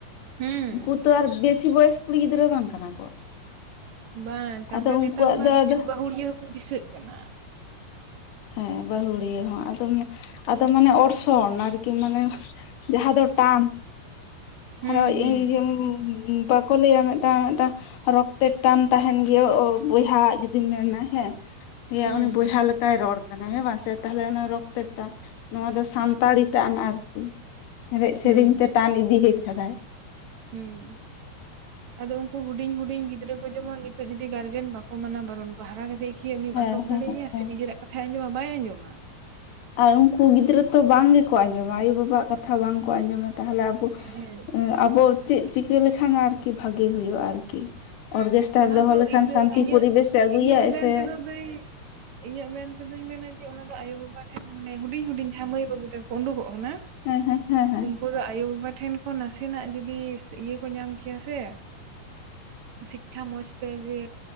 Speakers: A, on the right; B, on the left.
A: ᱦᱩᱸ
B: ᱩᱱᱠᱩ ᱛᱚ ᱟᱨ ᱵᱮᱥᱤ ᱵᱚᱭᱮᱥ ᱠᱩᱲᱤ ᱜᱤᱫᱽᱨᱟᱹ ᱵᱟᱝ ᱠᱟᱱᱟ ᱠᱚ᱾
A: ᱵᱟᱝ ᱛᱟᱯᱚᱨᱮ
B: ᱟᱫᱚ
A: ᱱᱮᱛᱟᱨ
B: ᱩᱱᱠᱩᱣᱟᱜ
A: ᱢᱟ
B: ᱫᱚ
A: ᱠᱤᱪᱷᱩ
B: ᱟᱫᱚ
A: ᱵᱟᱹᱦᱩᱲᱤᱭᱟᱹ ᱦᱚᱸ ᱠᱚ ᱫᱤᱥᱟᱹᱜ ᱠᱟᱱᱟ᱾
B: ᱦᱮᱸ ᱵᱟᱹᱦᱩᱲᱤᱭᱟᱹ ᱦᱚᱸ ᱟᱫᱚ ᱟᱫᱚ ᱢᱟᱱᱮ ᱚᱨᱥᱚᱝ ᱟᱨᱠᱤ ᱢᱟᱱᱮᱼᱼ ᱡᱟᱦᱟᱸ ᱫᱚ ᱴᱟᱱᱼᱼ
A: ᱦᱩᱸ
B: ᱟᱨ
A: ᱦᱩᱸ
B: <unintelligible> ᱵᱟᱠᱚ ᱞᱟᱹᱭᱟ ᱢᱤᱫᱴᱟᱝ ᱢᱤᱫᱴᱟᱝ ᱨᱚᱼᱼ ᱛᱮ ᱴᱟᱱ ᱛᱟᱦᱮᱱ ᱜᱮᱭᱟ ᱳ ᱵᱚᱭᱦᱟ ᱡᱩᱫᱤᱢ ᱢᱮᱱᱟ ᱦᱮᱸ
A: ᱦᱩᱸ
B: ᱩᱱᱤ ᱵᱚᱭᱦᱟ ᱞᱮᱠᱟᱭ ᱨᱚᱲᱼᱼ ᱠᱟᱱᱟ ᱦᱮᱸ ᱵᱟᱝ ᱥᱮ ᱛᱟᱦᱚᱞᱮ ᱚᱱᱟ ᱨᱚᱠᱛᱚᱴᱟᱱ ᱱᱚᱣᱟ ᱫᱚ ᱥᱟᱱᱛᱟᱲᱤᱼᱼ ᱴᱟᱱ ᱟᱨᱠᱤ ᱮᱱᱮᱡ ᱥᱮᱨᱮᱧ
A: ᱦᱩᱸ
B: ᱛᱮ ᱴᱟᱱ ᱤᱫᱤᱭᱮ ᱟᱠᱟᱫᱟᱭ᱾
A: ᱦᱩᱸ ᱟᱫᱚ ᱩᱱᱠᱩ ᱦᱩᱰᱤᱧ ᱦᱩᱰᱤᱧ ᱜᱤᱫᱽᱨᱟᱹ ᱠᱚ ᱡᱮᱢᱚᱱ ᱱᱤᱛᱚᱜ ᱡᱚᱫᱤ ᱜᱟᱨᱡᱮᱱ ᱵᱟᱠᱚ ᱢᱟᱱᱟ ᱵᱟᱨᱚᱱ ᱠᱩᱭᱟ ᱩᱱᱠᱩ ᱦᱟᱨᱟ ᱠᱟᱛᱮᱼᱼ ᱤᱭᱟᱹ ᱩᱱᱤᱢ
B: ᱦᱮᱸ
A: ᱟᱴᱚᱠ
B: ᱦᱮᱸ
A: ᱫᱟᱲᱮᱭᱮᱭᱟ
B: ᱦᱮᱸ
A: ᱥᱮ ᱱᱤᱡᱮᱨᱟᱜ ᱠᱟᱛᱷᱟᱭ ᱟᱸᱡᱚᱢᱟ ᱵᱟᱭ ᱟᱸᱡᱚᱢᱟ᱾
B: ᱟᱨ ᱩᱱᱠᱩ ᱜᱤᱫᱽᱨᱟᱹ ᱛᱚ ᱵᱟᱝ ᱜᱮ ᱠᱚ ᱟᱸᱡᱚᱢᱟ ᱟᱭᱩᱼᱵᱟᱵᱟᱣᱟᱜ ᱠᱟᱛᱷᱟ ᱵᱟᱝ ᱠᱚ ᱟᱸᱡᱚᱢᱟ ᱛᱟᱦᱚᱞᱮᱼᱼ <unintelligible>
A: ᱦᱮᱸ
B: ᱟᱵᱚ ᱪᱮᱫ ᱪᱤᱠᱟᱹ ᱞᱮᱠᱷᱟᱱ ᱟᱨᱠᱤ ᱵᱷᱟᱜᱤ ᱦᱩᱭᱩᱜᱼᱟ ᱟᱨᱠᱤ ᱚᱨᱜᱮᱥᱴᱟᱨ
A: ᱚᱱᱟ
B: ᱫᱚᱦᱚ
A: ᱫᱚ
B: ᱞᱮᱠᱷᱟᱱ
A: ᱤᱧ ᱫᱚ
B: ᱥᱟᱱᱛᱤ
A: ᱤᱧᱟᱹᱜ
B: ᱯᱚᱨᱤᱵᱮᱥᱮ ᱟᱹᱜᱩᱭᱟᱭ
A: ᱤᱧᱟᱹᱜ
B: ᱥᱮᱼᱼ
A: <unintelligible> ᱤᱧᱟᱹᱜ ᱢᱮᱱᱛᱮᱫᱚᱧ ᱢᱮᱱᱟ ᱡᱮ ᱚᱱᱟ ᱫᱚ ᱟᱭᱳ ᱵᱟᱵᱟ ᱴᱷᱮᱱ ᱢᱟᱱᱮ ᱦᱩᱰᱤᱧ ᱦᱩᱰᱤᱧ ᱡᱟᱦᱟᱸᱭ ᱢᱟᱹᱭ ᱵᱟᱹᱵᱩ ᱛᱮᱠᱚ ᱩᱰᱩᱠᱚᱜ ᱠᱟᱱᱟ,
B: ᱦᱮᱸ ᱦᱮᱸ ᱦᱮᱸ ᱦᱮᱸ,
A: ᱩᱱᱠᱩ ᱫᱚ ᱟᱭᱳᱼ ᱵᱟᱵᱟ ᱴᱷᱮᱱ ᱠᱷᱚᱱ ᱱᱟᱥᱮᱱᱟᱜ ᱡᱩᱫᱤ ᱤᱭᱟᱹ ᱠᱚ ᱧᱟᱢ ᱠᱮᱭᱟ ᱥᱮ ᱥᱤᱠᱠᱷᱟ ᱢᱚᱸᱡᱽᱛᱮ ᱡᱮ